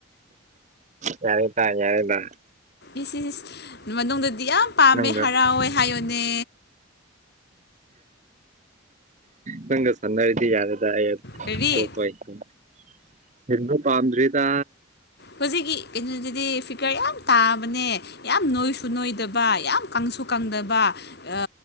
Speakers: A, on the right; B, on the left.
A: ꯌꯥꯔꯦꯗ ꯌꯥꯔꯦꯗ꯫
B: ꯏꯁ ꯏꯁ ꯃꯅꯨꯡꯗꯗꯤ ꯌꯥꯝ ꯄꯥꯝꯃꯦ
A: ꯅꯪꯒ
B: ꯍꯔꯥꯎꯋꯦ ꯍꯥꯏꯌꯣꯅꯦ꯫
A: ꯅꯪꯒ ꯁꯅꯔꯗꯤ ꯌꯥꯔꯦꯗ ꯑꯩ꯫ <unintelligible>
B: ꯀꯔꯤ
A: ꯑꯍꯦꯟꯕ ꯄꯥꯝꯗ꯭ꯔꯦꯗ
B: ꯍꯧꯖꯤꯛꯀꯤ ꯀꯩꯅꯣꯗꯨꯗꯤ ꯐꯤꯒꯔ ꯌꯥꯝ ꯇꯥꯕꯅꯦ ꯌꯥꯝ ꯅꯣꯏꯁꯨ ꯅꯣꯏꯗꯕ ꯌꯥꯝ ꯀꯪꯁꯨ ꯀꯪꯗꯕ ꯑ